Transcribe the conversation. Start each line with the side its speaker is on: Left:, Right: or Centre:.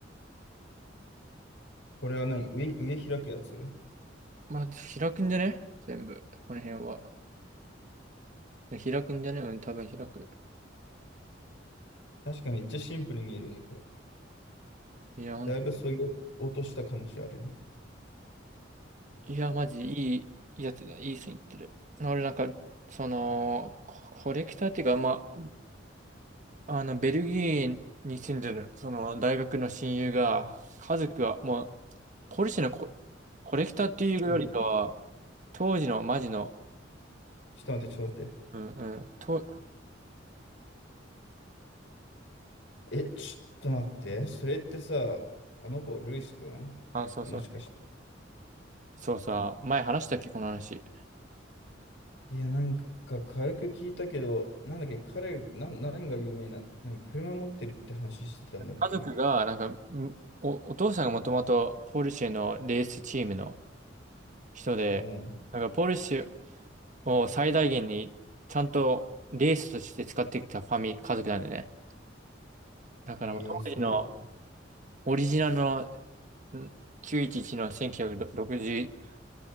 Left: これは何上、上開くやつ
Right: まあ、開くんじゃね全部、この辺は。開くんじゃねうん、多分開く。
Left: 確かめっちゃシンプルに見えるよね、これ。
Right: いや、本
Left: だいぶ削ぎ落とした感じあるね。
Right: いや、マジいいやつだ。いい線いってる。俺なんか、その、ココレクターっていうか、まあ、あの、ベルギーに住んでる、その、大学の親友が、家族が、もう、ポルシェのコ、コレクターっていうよりかは、
Left: ちょっと待って、
Right: 当時のマジの、
Left: ちょっと待って、ちょっと待って。
Right: うんうん、と、
Left: え、ちょっと待って。それってさ、あの子、ルイスくんもしかして。
Right: あそうそう、そうさ、前話したっけ、この話。
Left: いや、なんか軽く聞いたけど、なんだっけ、彼、な、何が有名な、何、車持ってるって話してたんだっけ
Right: 家族が、なんか、んお、お父さんがもともとポルシェのレースチームの人で、
Left: うん。
Right: なんかポルシェ、を最大限にちゃんとレースとして使ってきたファミ、家族なんでね。だからもう当時の
Left: えー、すごい。
Right: オリジナルのん911の1964年くろくじゅう